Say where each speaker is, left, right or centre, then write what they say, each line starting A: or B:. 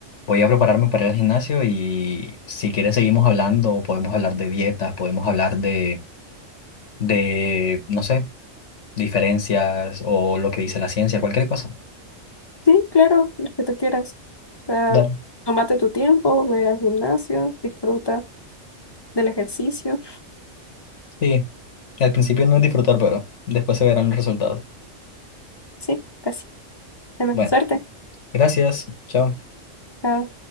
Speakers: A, on the left; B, on the left.
A: voy a prepararme para ir al gimnasio y si quieres seguimos hablando, podemos hablar de dietas, podemos hablar de, de, no sé, diferencias o lo que dice la ciencia, cualquier cosa.
B: Sí, claro, lo que tú quieras. O sea,
A: Dale.
B: tómate tu tiempo, ve al gimnasio, disfruta del ejercicio.
A: Sí, al principio no es disfrutar, pero después se verán los resultados.
B: Sí, pues, bueno,
A: Bueno,
B: suerte.
A: gracias. Chao.
B: Chao.